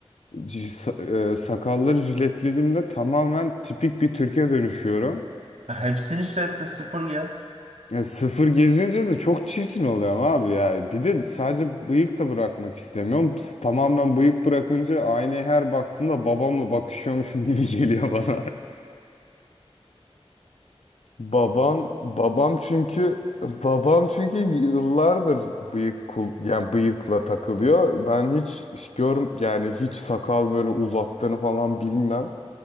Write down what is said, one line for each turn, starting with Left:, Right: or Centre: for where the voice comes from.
Left: j- sa- e, sakalları jiletlediğimde tamamen tipik bir Türk'e dönüşüyorum.
Right: Ya Hepsini şiddetle sıfır yaz.
Left: Ya sıfır gezince de çok çirkin oluyorum abi ya. Bir de sadece bıyık da bırakmak istemiyorum. S- Tamamen bıyık bırakınca aynaya her baktığımda babamla bakışıyormuşum gibi <laughs> geliyor bana. Babam babam çünkü babam çünkü yıllardır bıyık kul yani bıyıkla takılıyor. Ben hiç hiç gör yani hiç sakal böyle uzattığını falan bilmem.